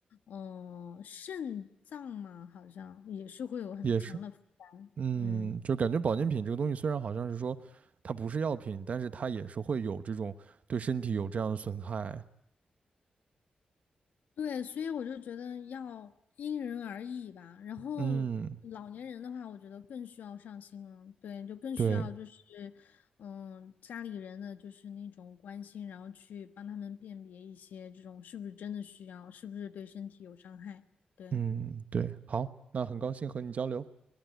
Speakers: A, on the left; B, on the right.
A: 嗯、肾脏嘛，好像也是会有很强的负担。
B: 也是。嗯，
A: 嗯。
B: 就感觉保健品这个东西虽然好像是说它不是药品，但是它也是会有这种对身体有这样的损害。
A: 对，所以我就觉得要因人而异吧。然后
B: 嗯，
A: 老年人的话，我觉得更需要上心了，对，就更需要就是，
B: 对，
A: 嗯，家里人的就是那种关心，然后去帮他们辨别一些这种是不是真的需要，是不是对身体有伤害。对，
B: 嗯，对，好，那很高兴和你交流。